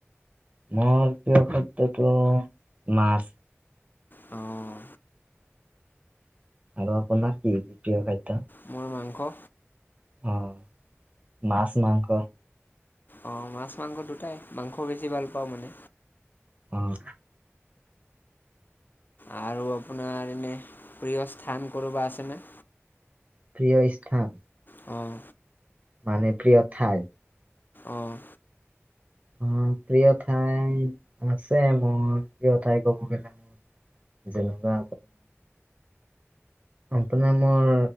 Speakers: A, on the right; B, on the left.
A: মোৰ প্ৰিয় খাদ্যটো মাছ
B: অ',
A: আৰু আপোনাৰ কি প্ৰিয় খাদ্য
B: মোৰ মাংস
A: অ', মাছ মাংস
B: অ', মাছ মাংস দুটাই মাংস বেছি ভাল পাওঁ মানে
A: অ',
B: আৰু আপোনাৰ এনে প্ৰিয় স্থান কোনোবা আছেনে
A: প্ৰিয় স্থান
B: অ'
A: মানে প্ৰিয় ঠাই
B: অ'
A: অ' প্ৰিয় ঠাই আছে মোৰ প্ৰিয় ঠাই ক'ব গলে মোৰ যেনেকোৱা আপোনাৰ মোৰ